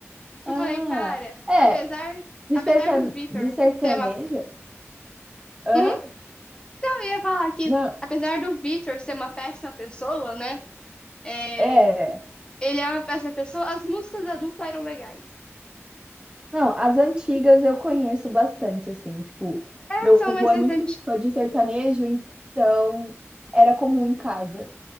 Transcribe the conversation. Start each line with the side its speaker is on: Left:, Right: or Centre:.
Left: Eu
Right: Ah,
Left: falei, cara,
Right: é,
Left: apesar,
Right: de,
Left: apesar
Right: sertane...
Left: do Vitor
Right: de sertaneja?
Left: ser uma...
Right: Hã?
Left: Uhum, eu ia falar aqui,
Right: Não,
Left: apesar do Vitor ser uma péssima pessoa, né? é,
Right: é.
Left: Ele é uma péssima pessoa. As músicas da dupla eram legais.
Right: Não, as antigas eu conheço bastante, assim, tipo,
Left: É,
Right: meu
Left: são
Right: avô
Left: mais
Right: é
Left: recentes.
Right: muito fã de sertanejo, então era comum em casa.